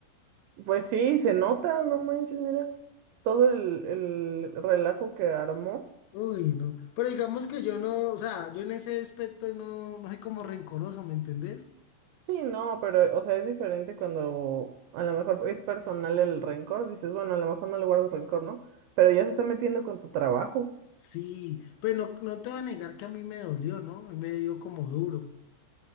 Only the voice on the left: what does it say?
Uy, no. Pero digamos que yo no, o sea, yo en ese aspecto no, no soy como rencoroso, ¿me entendés?
Sí, pero no, no te voy a negar que a mí me dolió, ¿no? Me dio como duro.